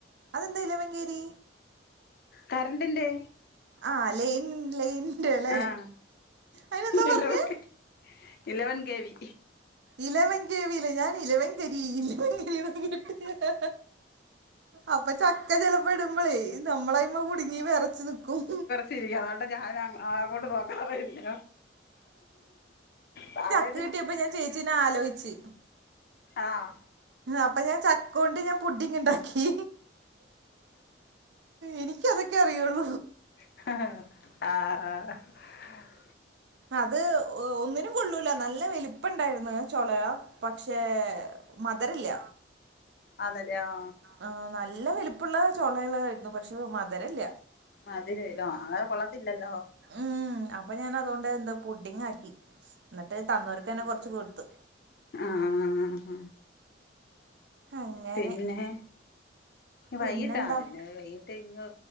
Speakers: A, on the right; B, on the left.
A: അതെന്താ ഇലവങ്കേരി
B: കറണ്ടിന്റെ
A: ആ ലൈനിൻ ലൈനിന്റെലേ
B: ആഹ്
A: അയിന് എന്താ
B: ഇലവൻ
A: പറഞ്ഞേ
B: ഇലവൻ കെ വി
A: ഇലവൻ കവില്ല ഞാൻ ഇലവൻ കരി ഇലവൻ കരി ന്നാ കേട്ട് അപ്പൊ ചക്ക ചെലപ്പൊ ഇടുമ്പളേ നമ്മളയ്മ കുടുങ്ങി വെറച്ച് നിക്കും
B: ശരിക്കും അതോണ്ട് ഞാൻ അങ്ങോട്ട് നോക്കാറേ ഇല്ല താഴെ
A: ക്ക കിട്ടിയപ്പോ ഞാൻ ചേച്ചീനെ ആലോചിച്ച്
B: ആഹ്
A: അപ്പൊ ഞാൻ ച കൊണ്ട് ഞാൻ പുഡിങ്ങ് ണ്ടാക്കി എനിക്കതൊക്കെ അറിയുള്ളൂ
B: ആ ഹാ ഹ
A: അത് ഒന്നിനും കൊള്ളൂല നല്ല വലിപ്പണ്ടായിരുന്നു ചൊള പക്ഷേ മധുരല്ല
B: അതല്ലേ ആ
A: ആ നല്ല വലിപ്പൊള്ള ചൊളേളായിരുന്നു പക്ഷെ മധരല്ല
B: മധിരേലൊ ആകെ കൊള്ളത്തില്ലല്ലോ
A: ഉം അപ്പൊ ഞാൻ അതോണ്ട് എന്താ പുടിങ്ങ് ആക്കി ന്നിട്ട് തന്നോർക്കന്നെ കൊറച്ച് കൊടുത്ത്
B: ആ ഹ
A: അങ്ങനെ
B: പിന്നെ
A: പിന്നെന്താ
B: വൈകിട്ടാ പിന്നെ വൈകിട്ട് ഇങ്ങ്